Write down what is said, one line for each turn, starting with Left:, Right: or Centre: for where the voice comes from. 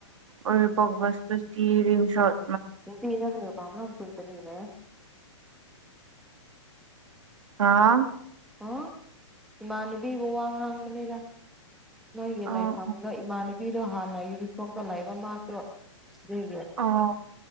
Right: ꯑꯣꯏ ꯄꯣꯛꯁ ꯇꯤꯔꯤꯝꯁꯠ
Centre: <unintelligible> <unintelligible>
Right: ꯍꯥꯥ
Centre: ꯑ ꯏꯃꯥꯟꯅꯕꯤꯕꯨ ꯋꯥ ꯉꯥꯡꯕꯅꯤꯗ ꯅꯣꯏꯒꯦ ꯂꯩꯥꯏ
Right: ꯑꯣ
Centre: ꯐꯝꯗꯥ ꯏꯃꯥꯟ ꯕꯤꯔꯣ ꯍꯥꯟꯅ ꯌꯨꯅꯤꯐꯣꯔꯝꯗ ꯂꯩꯏꯕ ꯃꯥꯗꯣ ꯑꯟꯏꯟꯇꯦꯜꯂꯤꯖꯦꯕꯜ
Right: ꯑꯣ